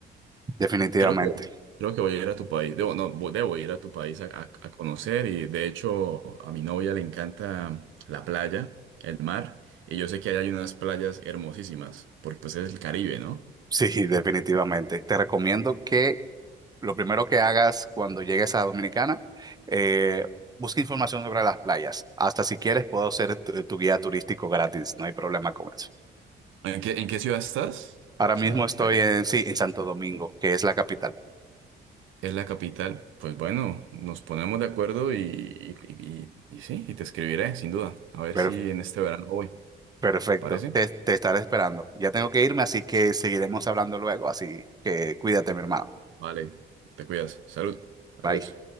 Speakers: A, on the right; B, on the right.
A: definitivamente.
B: Creo que, creo que voy a ir a tu país. Debo, no, vo- debo ir a tu país a, a- a conocer. Y de hecho, a mi novia le encanta la playa, el mar. Y yo sé que allá hay unas playas hermosísimas, porque pues es el Caribe, ¿no?
A: Sí, <laughs> definitivamente. Te recomiendo que lo primero que hagas cuando llegues a Dominicana, eh, busca información sobre las playas. Hasta si quieres, puedo ser tu, tu guía turístico gratis, no hay problema con eso.
B: ¿En qué, en qué ciudad estás?
A: Ahora
B: O sea,
A: mismo estoy
B: eh,
A: en, sí, en Santo Domingo, que es la capital.
B: es la capital. Pues bueno, nos ponemos de acuerdo y, y, y- y sí, y te escribiré, sin duda. A ver
A: Per-
B: si en este verano voy.
A: perfecto,
B: ¿Te parece?
A: te, te estaré esperando. Ya tengo que irme, así que seguiremos hablando luego, así que cuídate, mi hermano.
B: Vale, te cuidas. Salud. Adiós.
A: Bye.